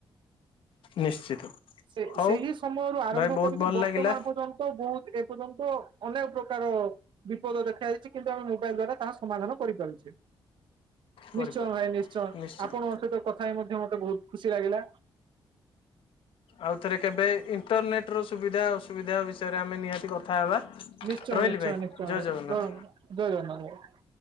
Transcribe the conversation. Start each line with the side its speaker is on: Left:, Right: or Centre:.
Left: ନିଶ୍ଚିତ।
Right: ସେ
Left: ହଉ
Right: ସେହି ସମୟରୁ ଆରମ୍ଭ
Left: ଭାଇ ବହୁତ
Right: କରିକି
Left: ଭଲ
Right: ବର୍ତ୍ତମାନ
Left: ଲାଗିଲା
Right: ପର୍ଯ୍ୟନ୍ତ ବହୁତ ଏ ପର୍ଯ୍ୟନ୍ତ ଅନେକ ପ୍ରକାର ବିପଦ ଦେଖା ଯାଇଛି କିନ୍ତୁ ଆମେ ମୋବାଇଲି ଦ୍ଵାରା ତାହା ସମାଧାନ କରିପାରୁଛେ।
Left: କରିପାରୁଛି
Right: ନିଶ୍ଚୟ ଭାଇ ନିଶ୍ଚୟ
Left: ନିଶ୍ଚିତ।
Right: ଆପଣଙ୍କ ସହିତ କଥା ହେଇ ମଧ୍ୟ ମତେ ବହୁତ ଖୁ ଚି ଲାଗିଲା।
Left: ଆଉଥରେ କେବେ ଇଣ୍ଟରନେଟ ର ସୁବିଧା ଅସୁବିଧା ବିଷୟରେ ଆମେ ନିହାତି କଥା ହେବା।
Right: ନିଶ୍ଚୟ
Left: ରହିଲି
Right: ନିଶ୍ଚୟ ନିଶ୍ଚୟ ଭାଇ
Left: ଜୟ ଜଗନ୍ନାଥ।
Right: ରହୁ ଜୟ ଜଜଗନ୍ନାଥ ଭାଇ।